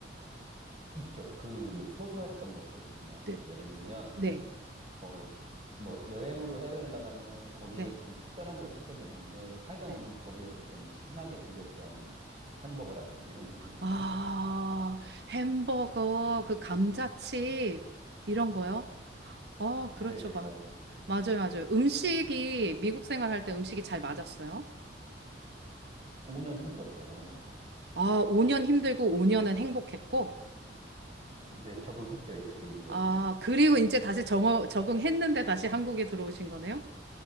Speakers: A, on the right; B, on the right.
A: 있죠. 그
B: 네,
A: 소소했던 것들. 그냥
B: 네,
A: 뭐 예를 들면
B: 어, 네,
A: 뭐 뭐 여행으로 해외를 나가면 거기에서
B: 네,
A: 좀 특별한 걸 찾게 되는데 살다
B: 네.
A: 보면 거기에서 좀 흔하게 즐겼던 뭐 햄버거라든지 이런 게 그립죠.
B: 아,
A: <laughs>
B: 햄버거, 그 감자칩, 이런 거요? 어,
A: 네,
B: 그렇죠. 마,
A: 맞아요.
B: 맞아요, 맞아요. 음식이, 미국 생활할 때 음식이 잘 맞았어요.
A: 5년 힘들었어요. 5년 동안.
B: 아, 5년 힘들고 5년은 행복했고,
A: 네, 적응했죠. 이제 그 이후에는.
B: 아, 그리고 이제 다시 정 적응했는데 다시 한국에 들어오신 거네요?